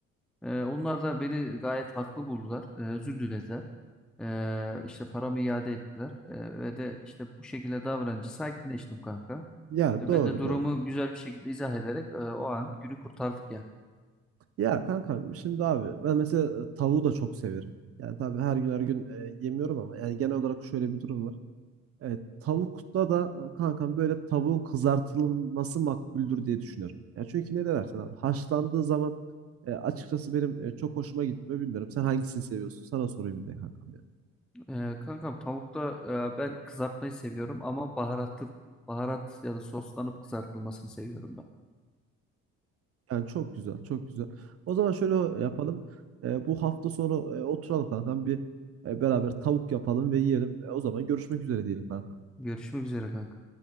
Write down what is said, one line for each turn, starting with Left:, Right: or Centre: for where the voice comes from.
Centre: E, onlar da beni gayet haklı buldular. E, özür dilediler. E, işte paramı iade ettiler. E, ve de işte bu şekilde davranınca sakinleştim kanka.
Right: Ya
Centre: E,
Right: doğru
Centre: ben de durumu
Right: doğru.
Centre: güzel bir şekilde izah ederek e, o an günü kurtardık yani.
Right: Ya kankam şimdi abi ben mesela e, tavuğu da çok severim. Yani tabii her gün her gün e, yemiyorum ama yani genel olarak şöyle bir durum var. E, tavukta da e, kankam böyle tavuğun kızartılması makbuldür diye düşünüyorum. Ya çünkü ne dersen abi haşlandığı zaman e, açıkçası benim e, çok hoşuma gitmiyor bilmiyorum. Sen hangisini seviyorsun? Sana sorayım bir de kankam ya.
Centre: E, kankam tavukta e, ben kızartmayı seviyorum ama baharatlı baharat ya da soslanıp kızartılmasını seviyorum ben.
Right: Yani çok güzel, çok güzel. O zaman şöyle yapalım. E, bu hafta sonu e, oturalım kankam bir e, beraber tavuk yapalım ve yiyelim. E, o zaman görüşmek üzere diyelim kankam.
Centre: Görüşmek üzere kanka.